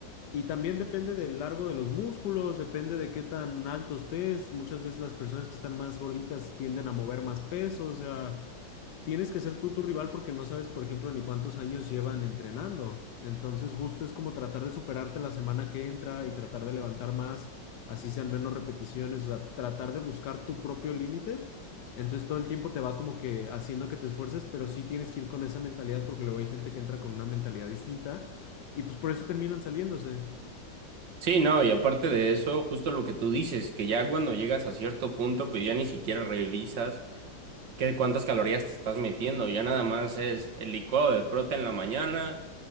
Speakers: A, on the left; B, on the right.
A: Y también depende del largo de los músculos, depende de qué tan alto estés. Muchas veces las personas que están más gorditas tienden a mover más peso, o sea, tienes que ser tú tu rival porque no sabes, por ejemplo, ni cuántos años llevan entrenando. Entonces, justo es como tratar de superarte la semana que entra y tratar de levantar más, así sean menos repeticiones, o sea, tratar de buscar tu propio límite. Entonces, todo el tiempo te va como que haciendo que te esfuerces, pero sí tienes que ir con esa mentalidad porque luego hay gente que entra con una mentalidad distinta y pues por eso terminan saliéndose.
B: Sí, no, y aparte de eso, justo lo que tú dices, que ya cuando llegas a cierto punto, pues ya ni siquiera revisas. qué cuántas calorías te estás metiendo. Ya nada más es el licuado de proteína en la mañana,